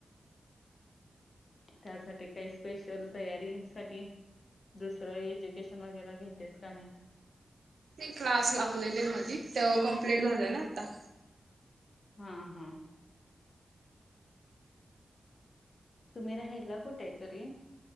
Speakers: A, on the left; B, on the right.
A: त्यासाठी काही स्पेशल तयारी सा दुसरं एज्युकेशन वगैरे घेतेस का नाही?
B: ते क्लास लावलेले मध ते कंप्लिट झाले न आता.
A: हा हम. तुम्ही राहिला कुठे हाय तरी